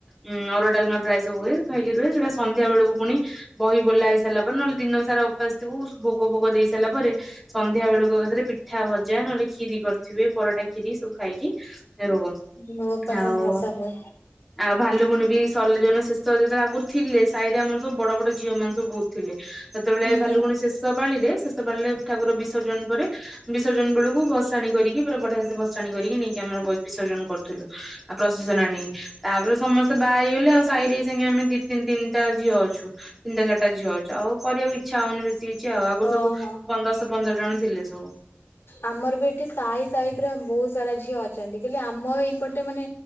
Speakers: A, in the centre; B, on the left.
A: ଉଁ- ଅରୁଆ ଡାଲ୍ମା ପ୍ରାୟ ସବୁହୁଏ ଖାଇକି ରୁହେ ସେଟା ସନ୍ଧ୍ୟା ବେଳକୁ ପୁଣି ବହି ବୁଲା ହେଇସାରିଲା ପରେ ନହେଲେ ଦିନ ସାରା ଉ ଆସିଥିବୁ ସୁ -ଭୋଗ ଫୋଗ ଦେଇ ସାରିଲା ପରେ ସନ୍ଧ୍ୟା ବେଳୁ ଏକାଥରେ ପିଠା ଭଜା ନହେଲେ କ୍ଷୀରି କରିଥିବେ ପରଟା କ୍ଷୀରି ସବୁ ଖାଇକି ରହୁ
B: ମୋ ବାପା
A: ଆଉ
B: କୁ ବର୍ଷା ହୁଏ।
A: ଆଉ ଭାଲୁକୁଣୀ ବି ସଲେ ଯଉଦିନ ଶେଷ ଯେତେବେଳେ ଆଗରୁ ଥିଲେ ସାହି ରେ ଆମର ସବ ବଡ ବଡ ଝିଅ ମାନେ ସବୁ ବହୁତ୍ ଥିଲେ ସେତେବେଳେ
B: ହୁଁ
A: ଭାଲୁକୁଣି
B: ହୁଁ
A: ଶେଷ ପାଳିରେ ଶେଷ ପାଳିରେ ଠାକୁର ବିସର୍ଜନ ପରେ ବିସର୍ଜନ ବେଳକୁ ଭସାଣି କରିକି ପୁରା ବଢିଆ ସେ ଭସାଣି କରିକି ନେଇକି ଆମର ବ- ବିସର୍ଜନ କରୁଥୁଲୁ। ଆଉ ପ୍ରଶେସନ ଆଣିକି ତାପରେ ସମସ୍ତେ ବାହା ହେଇଗଲେ ଆଉ ସାଇ ରେ ଏଇଜାଙ୍ଗେ ଆମ ଦି ତିନ୍ -ତିନିଟା ଝିଅ ଅଛୁ ତିନିଟା ଚାରିଟା ଝିଅ ଅଛୁ ଆଉ କରିବାକୁ ଇଚ୍ଛା ହଉନି ବେ ଚିଚ ଆଉ ଆଗରୁ
B: ଓହୋ।
A: ସବୁ ପନ୍ଦ-ଦଶ ପନ୍ଦର ଜଣ ଥିଲେ ସବୁ।
B: ଆମର ବି ଏଠି ସାହି ସାହି ପୁରା ବହୁତ୍ ସାରା ଝିଅ ଅଛନ୍ତି କିନ୍ତୁ ଆମ ଏଇପଟେ ମାନେ